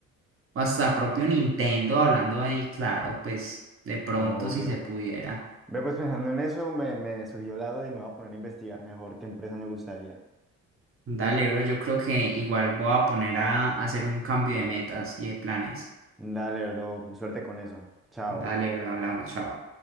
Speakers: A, on the right (about 45°); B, in the centre.
A: o hasta propio Nintendo, hablando ahí, claro, pues de pronto
B: Obvio.
A: si se pudiera.
B: Ve, pues pensando en eso, me, me surgió la duda y me voy a poner a investigar mejor qué empresa me gustaría.
A: Dale, bro, yo creo que igual voy a poner a hacer un cambio de metas y de planes.
B: Dale, bro, suerte con eso. Chao.
A: Dale, bro, hablamos, chao.